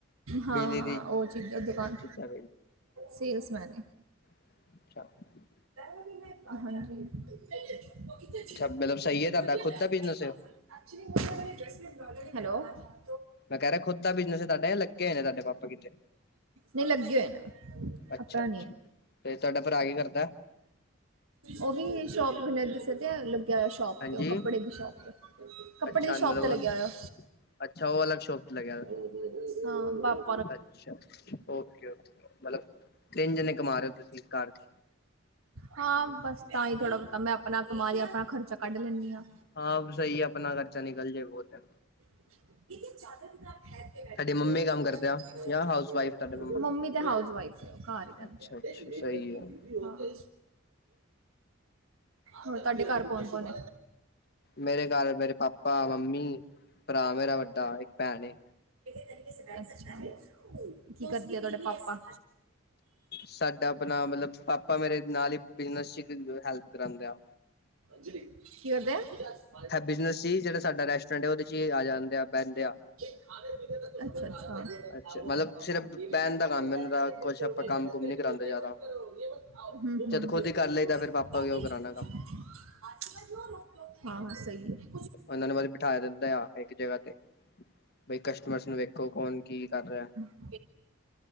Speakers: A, on the right; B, on the left.
A: ਹਾਂ
B: ਬਿਜਲੀ ਦੀ
A: ਉਹ ਚੀਜ਼ ਦੀ ਦੁਕਾਨ
B: ਚੀਜਾ
A: ਸੇਲਸਮੈਨ
B: ਅ ਛਾ <unintelligible>
A: ਹਾਂਜੀ, <unintelligible>
B: ਅੱਛਾ ਮਤਲਬ ਸਹੀ ਹੈ ਤੁਹਾਡਾ ਖੁਦ ਦਾ ਬਿਜਨਸ ਹੈ
A: <unintelligible> ਹੈਲੋ।
B: ਮੈਂ ਕੈ ਰੇਯਾ ਖੁੱਦ ਦਾ ਬਿਜਨਸ ਤਾਡ ਲੱਗੇ ਹੋਏ ਨੇ ਤਾਡੇ ਪਾਪਾ ਕਿਤੇ
A: ਨਈ ਲੱਗੇ ਹੋਏ ਨੇ
B: ਅੱਛਾ
A: ਆਪਣਾ
B: ਅੱਛਾ ਤੇ ਤਾਡਾ ਭਰਾ ਕੀ ਕਰਦੈ।
A: ਔ ਵੀ ਸ਼ੋਪ ਮੈ ਦੱਸੇਯਾ ਤੇ ਹੈ ਲ ਗਿਆ ਹੋਯਾ ਸ਼ੋਪ
B: ਹਾਂਜੀ
A: ਤੇ ਕੱਪੜੇ ਦੀ ਸ਼ੋਪ ਤੇ, ਕੱਪੜੇ
B: ਅੱਛਾ
A: ਦੀ ਸ਼ੋਪ
B: ਮਤਲਬ
A: ਤੇ ਲੱਗਿਆ ਹੋਇਯਾ।
B: ਅੱਛਾ ਔ ਅਲਗ ਸ਼ੌਪ ਲਗੇਯਾ
A: <unintelligible> ਹਾਂ ਬਾਪ
B: ਅੱਛਾ ਔਕੇ- ਔਕੇ ਮਤਲਬ ਤਿੰਨ ਜਣੇ ਕਮਾ ਰੇ ਤੁਸੀਂ ਇਸ ਘਰ ਚ
A: ਹਾਂ ਬਸ ਤਾਂ ਈ ਥੋੜ੍ਹਾ ਬੋਤਾ ਮੈਂ ਅਪਣਾ ਕਮਾ ਰੀ ਆ ਅਪਣਾ ਖਰਚਾ ਕੱਢ ਲੈਂਨੀ ਆਂ।
B: ਹਾਂ ਬੀ ਸਈ ਐ ਅਪਣਾ ਖਰਚਾ ਨਿਕਲ ਜੇ ਬੋਤ ਏ
A: <unintelligible>
B: ਮੰਮੀ ਕੰਮ ਕਰਦੇ ਆ ਜਾਂ ਹਾਊਸ ਵਾਈਫ ਤੁਹਾਡੇ ਮੰਮਾ
A: ਮੰਮੀ ਤੇ ਹਾਊਸਵਾਈਫ ਘਰ ਈ ਰੈੰਦੇ
B: ਅੱਛਾ
A: ਆ।
B: ਅੱਛਾ
A: <unintelligible>
B: ਸਹੀ ਹੈ
A: ਹਾਂ, ਹੋਰ ਤਾਡੇ ਘਰ ਕੌਣ -ਕੌਣ ਏ?
B: ਮੇਰੇ ਘਰ, ਮੇਰੇ ਪਾਪਾ, ਮੰਮੀ ਭਰਾ ਮੇਰਾ ਵੱਡਾ ਇੱਕ ਭੈਣ ਏ
A: ਅਛਾ ਜੀ, ਕੀ ਕਰਦੇ ਆ ਤਆਡੇ ਪਾਪਾ
B: ਸਾਡਾ ਅਪਨਾ ਮਤਲਬ ਪਾਪਾ ਮੇਰੇ ਨਾਲ ਈ ਬਿਜਨਸ ਚ ਹੈਲਪ ਕਰਾਂਦੇ ਆ।
A: ਕੀ ਕਰਦੇ ਆ। <unintelligible>
B: ਹੈ ਬਿਜਨਸ ਸੀ ਜੇੜਾ ਸਾਡਾ ਰੈਸਟੋਰੈਂਟ ਏ ਔਦੇ ਚ ਈ ਆ ਜਾਂਦੇ ਆ ਬੈਂਦੇ ਆ
A: ਅਛਾ-ਅਛਾ <unintelligible> <unintelligible> ਹਮ <unintelligible>
B: ਅੱਛਾ ਮਤਲਬ ਸਿਰਫ ਬਹਿਣ ਦਾ ਕੰਮ ਇਹਨਾਂ ਦਾ ਕੁਛ ਆਪਾਂ ਕੰਮ ਕੁਮ ਨੀ ਕਰਾਉਂਦੇ ਜ਼ਿਆਦਾ ਜਦ ਖੁਦ ਹੀ ਕਰ ਲਈਦਾ ਫਿਰ ਪਾਪਾ ਵੀ ਉਹ ਕਰਾਉਣਾ ਕੰਮ
A: <unintelligible> ਹਾਂ ਸ ਈ ਐ
B: ਔਨਾਂ ਨੂੰ ਬ ਬਿਠਾ ਦਿੰਦਾ ਆ ਇੱਕ ਜਗ੍ਹਾ ਤੇ, ਬੀ ਕਸਟਮਰਸ ਨੂੰ ਵੇਖੋ ਕੌਣ ਕੀ ਕਰ ਰਿਆ
A: <unintelligible>